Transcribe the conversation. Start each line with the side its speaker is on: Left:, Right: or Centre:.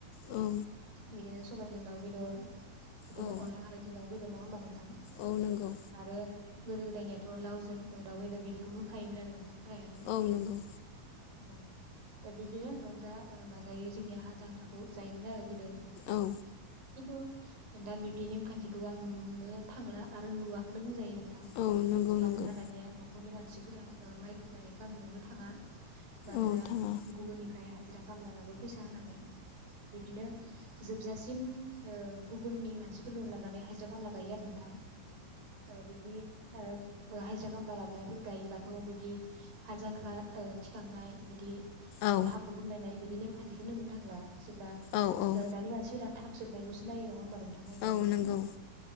Left: औ
Right: बिदिनो सबायजों दाउ बेदर बिदिनो
Left: औ
Right: अनला खारैजों दाउ बेदर नङा होमबा नोंथां।
Left: औ नंगौ
Right: आरो। गोदो गोदायनियाथ' लावजों दाउ बेदर बिदिखौ होखायोमोन आरो नोंथांखौ। फ्रायानो। औ
Left: औ नंगौ
Right: दा बिदिनो रंजा बाजायै जोंनिया हालजांख्राखौ जायोमोन आरो गोदो। खिन्थु
Left: औ
Right: दा बिब्दि नेमखान्थिखौ आं नुनो थांला आरो नुवाखौनो बुंजायो नोंथां
Left: औ नंगौ
Right: मानोना
Left: नंगौ
Right: दानिया न'खरनि मानसिफोरा माइखौ गायनायखौ आं नुनो थाङा मानोना
Left: औ थाङा
Right: गुबुननिफ्राय हाजिरा खामला लाबो फैसा होननानै बिब्दिनो। जोबजासिम ओ गुबुननि मानसिफोरखौनो लाबोनानै हाजिरा खामला गायो आरो नोंथां। औ बिब्दि। ओ हाजिरा खामला लाबोनायफोर गायोबाथ' बिदि हालजांख्रा ओ थिखांनाय बिदि।
Left: औ
Right: हाब्रु फुनलायनाय बि दि नेम खान्थिखौनो नुनो थांला। जेब्ला।
Left: औ औ
Right: दानि मानसिफोरा थाब जोबनायखौसो नायो नङा होनबा नों थां माइ गायनायखौ।
Left: औ नंगौ